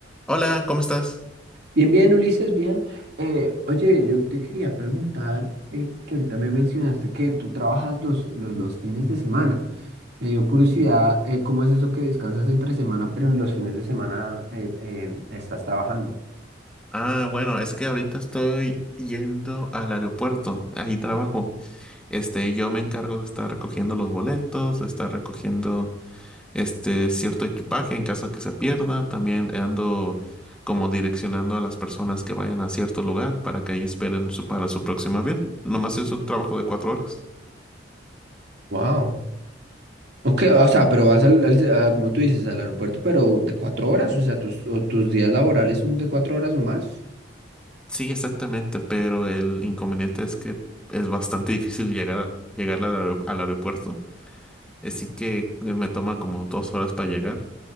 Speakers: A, in the centre; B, on the right.
A: Hola, ¿cómo estás?
B: Bien, bien, Ulises, bien. Eh, oye, yo te quería preguntar, eh, porque ahorita me mencionaste que tú trabajas los, los, los fines de semana. Me dio curiosidad, eh, ¿cómo es eso que descansas entre semana, pero los fines de semana eh, eh, estás trabajando?
A: Ah, bueno, es que ahorita estoy yendo al aeropuerto, ahí trabajo. Este, yo me encargo de estar recogiendo los boletos, de estar recogiendo este cierto equipaje en caso que se pierda. También ando como direccionando a las personas que vayan a cierto lugar para que ahí esperen su- para su próximo avión. Nomás es un trabajo de cuatro horas.
B: Wow. Ok, o sea, pero vas al, al- a, como tú dices, al aeropuerto, pero de cuatro horas, o sea, tus, o tus días laborales son de cuatro horas nomás.
A: Sí, exactamente, pero el inconveniente es que es bastante difícil llegar, a- llegar al aer- al aeropuerto Así que me toma como dos horas para llegar